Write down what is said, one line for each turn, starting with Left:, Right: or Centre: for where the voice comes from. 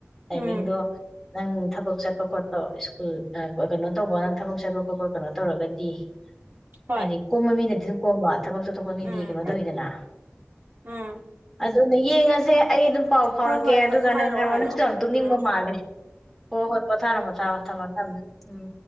Centre: ꯇꯥꯏꯃꯤꯡꯗ
Right: ꯎꯝ
Centre: ꯅꯪ ꯊꯕꯛ ꯆꯠꯄ ꯈꯣꯠꯄ ꯁ꯭ꯀꯨꯜ ꯀꯩꯅꯣ ꯇꯧꯕ ꯅꯪ ꯊꯕꯛ ꯆꯠꯄ ꯈꯣꯠꯄ ꯀꯩꯅꯣ ꯇꯧꯔꯒꯗꯤ
Right: ꯍꯣꯏ
Centre: ꯍꯥꯏ ꯀꯨꯝꯃꯃꯤꯅꯦ ꯑꯗꯨ ꯀꯣꯃꯠ ꯊꯕꯛ ꯆꯠꯊꯣꯛꯄ ꯃꯤꯗꯤ
Right: ꯎꯝ
Centre: ꯀꯩꯅꯣ ꯇꯧꯋꯤꯗꯅ
Right: ꯎꯝ
Centre: ꯑꯗꯨꯅ ꯌꯦꯡꯉꯁꯦ ꯑꯩ ꯑꯗꯨꯝ ꯄꯥꯎ ꯐꯥꯎꯔꯛꯀꯦ
Right: ꯍꯣꯏ ꯍꯣꯏ
Centre: ꯑꯗꯨꯒ
Right: ꯍꯣꯏ ꯍꯥꯏꯔꯛꯑꯣ
Centre: ꯅꯪ ꯍꯥꯏꯔꯣ
Right: ꯍꯥꯏꯔꯛꯑꯣ
Centre: ꯅꯪꯁꯨ ꯇꯨꯝꯅꯤꯡꯕ
Right: ꯎꯝ
Centre: ꯃꯥꯜꯂꯦ ꯍꯣꯏ ꯍꯣꯏ ꯄꯣꯊꯥꯔꯣ ꯄꯣꯊꯥꯔꯣ ꯊꯝꯃꯣ ꯊꯝꯃꯣ ꯎꯝ